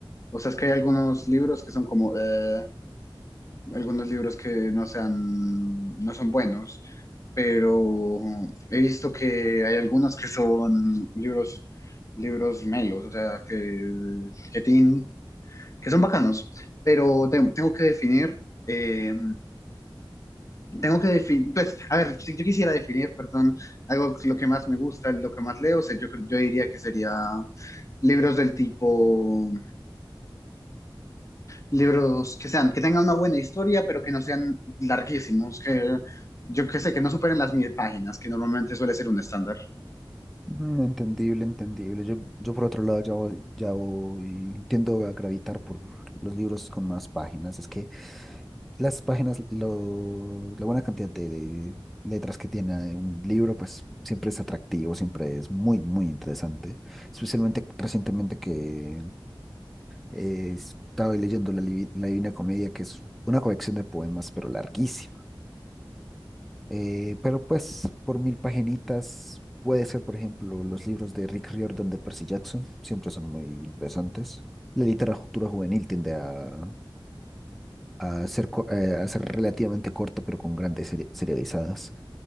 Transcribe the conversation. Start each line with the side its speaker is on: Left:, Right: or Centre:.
Left: o sea, es que hay algunos libros que son como, "Eh", algunos libros que no sean, no son buenos, pero he visto que hay algunos que son libros, libros melos, o sea, que, que, tienen, que son bacanos, pero te- tengo que definir, eh, tengo que definir, pues, a ver, si yo quisiera definir, perdón, algo que- lo que más me gusta, lo que más leo, o sea, yo, cre- yo diría que sería libros del tipo libros que sean, que tengan una buena historia, pero que no sean larguísimos, que yo que sé, que no superen las mil páginas, que normalmente suele ser un estándar.
Centre: Mm, Entendible, entendible. Yo, yo por otro lado ya voy, ya voy, tiendo a gravitar por los libros con más páginas. Es que Las páginas, lo- la buena cantidad de, de letras que tiene un libro, pues siempre es atractivo, siempre es muy, muy interesante. Especialmente recientemente que eh, estaba leyendo La, Livi- La Divina Comedia, que es una colección de poemas, pero larguísima. Eh, pero pues por mil paginitas puede ser, por ejemplo, los libros de Rick Riordan de Percy Jackson, siempre son muy interesantes. La literatura juvenil tiende a a ser, co- eh, a ser relativamente corto, pero con grandes seri- serializadas.